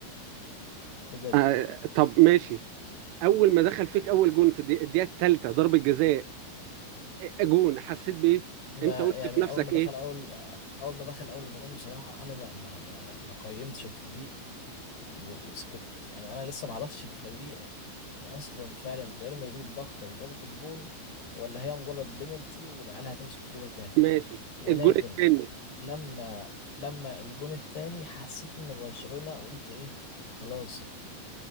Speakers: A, on the left; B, on the right.
A: بجد
B: آه... طب ماشي اول ما دخل فيك اول جون في الدقيقه الدقيقة الثالثه ضربه جزاء إيه- جون حسيت بايه
A: ما
B: انت قلت
A: يعني
B: في نفسك
A: اول ما دخل
B: ايه
A: اول اول ما دخل اول جون بصراحة انا ما ما ما, ما قيمتش الفريق و- وسكت يعني انا لسه ما عرفتش الفريق اصلا فعلا ريال مدريد ضغطه وجابت الجون ولا هي مجرد بينالتي والعيال هتمسك الكوره تاني
B: ماشي
A: ولكن
B: الجون الثاني
A: لما لما الجون التاني حسيت ان برشلونة قلت ايه خلاص